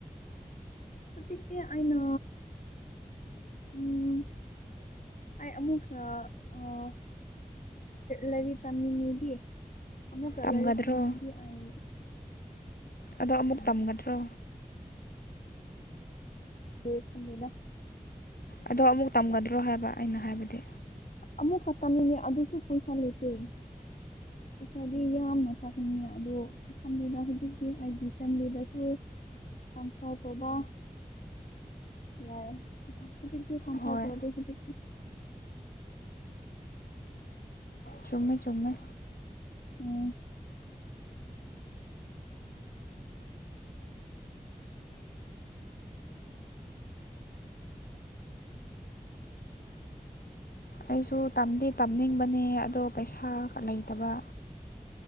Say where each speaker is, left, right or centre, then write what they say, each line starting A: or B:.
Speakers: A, on the left; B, on the left.
A: ꯍꯧꯖꯤꯛꯇꯤ ꯑꯩꯅ ꯎꯝ ꯑꯩ ꯑꯃꯃꯨꯛ ꯑꯥ ꯂꯥꯏꯔꯤꯛ ꯇꯝꯅꯤꯡꯉꯤꯗꯤ ꯑꯃꯨꯛꯀ
B: ꯇꯝꯒꯗ꯭ꯔꯣ
A: ꯂꯥꯏꯔꯤꯛ ꯇꯝꯅꯤꯡꯉꯤꯗꯤ ꯑꯩ
B: ꯑꯗꯣ ꯑꯃꯨꯛ
A: ꯎꯝ
B: ꯇꯝꯒꯗ꯭ꯔꯣ
A: ꯂꫭꯏꯁꯤꯜꯂꯦꯗꯥ
B: ꯑꯗꯣ ꯑꯃꯨꯛ ꯇꯝꯒꯗ꯭ꯔꯣ ꯍꯥꯏꯕ ꯑꯩꯅ ꯍꯥꯏꯕꯗꯤ
A: ꯑꯃꯨꯛꯀ ꯇꯃꯤꯅꯦ ꯑꯗꯨꯁꯨ ꯄꯩꯁꯥ ꯂꯩꯇꯦ ꯀꯨꯁꯗꯤ ꯌꯥꯝꯅ ꯆꯥꯛꯅꯤꯡ ꯑꯗꯨꯗ ꯃꯐꯝꯗꯨꯗ ꯍꯧꯖꯤꯛꯇꯤ ꯑꯩꯒꯤ ꯐꯦꯃꯤꯂꯤꯗꯁꯨ ꯀꯟꯁꯜ ꯇꯧꯕꯥ ꯌꯥꯏꯦ ꯍꯧꯖꯤꯛꯇꯤ ꯀꯟꯁꯜ
B: ꯍꯣꯏ
A: ꯇꯧ ꯍꯧꯖꯤꯛꯇꯤ
B: ꯆꯨꯝꯃꯦ ꯆꯨꯝꯃꯦ
A: ꯎꯝ
B: ꯑꯩꯁꯨ ꯇꯝꯗꯦ ꯇꯝꯅꯤꯡꯕꯅꯦ ꯑꯗꯣ ꯄꯩꯁꯥ ꯂꯩꯇꯕ